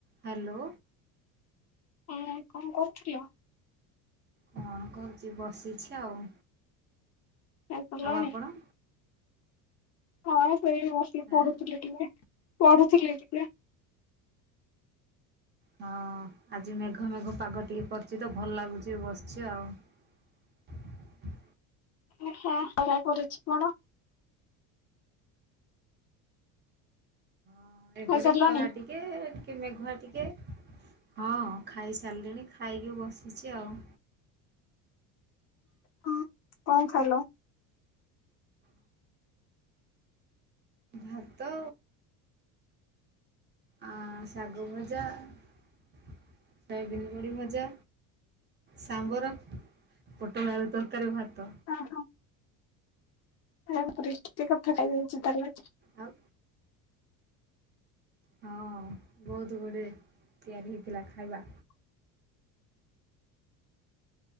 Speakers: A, on the right (about 25°); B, on the left (about 40°).
A: Hello.
B: ହଁ କଁ କରୁଥିଲ?
A: କଣ କରୁଚି ବସିଛି ଆଉ।
B: ଖାଇସାରିଲଣି?
A: ଆଉ ଆପଣ?
B: ହଁ। ଏଇ ବସିକି
A: ଆଁ
B: ପଢୁଥିଲି ଟିକେ ପଢୁଥିଲି। ଟିକେ
A: ହଁ ଆଜି ମେଘ ମେଘ ପାଗ ଟିକେ କରିଚି ତ ଭଲ ଲାଗୁଚି ବସିଚି ଆଉ।
B: ଓ ହଁ ଖରା ପଡ଼ୁଚି କଣ?
A: ହଁ ଏଇପଟେ
B: ଖାଇସାରିଲଣି?
A: ଖରା ଟିକେ ଟିକେ ମେଘୁଆ ଟି ଟେ ହଁ ଖାଇସାରିଲିଣି ଖାଇକି ବସିଚି ଆଉ।
B: ହଁ କଁ କଣ ଖାଇଲ?
A: ଭାତ ଆ ଶାଗ ଭଜା ଶୋୟାବିନ ବଡ଼ି ଭଜା ସାମ୍ବର ପୋଟଳ ଆଳୁ ତରକାରୀ ଭାତ।
B: ହଁ ହଁ। ଆ ପରି କିତେ କଥା କାଇହୋଉଛି ତାଲେ
A: ଆଉ ହଁ ବୋହୁତ ଗୁଡିଏ ତିଆରି ହେଇଥିଲା ଖାଇବା।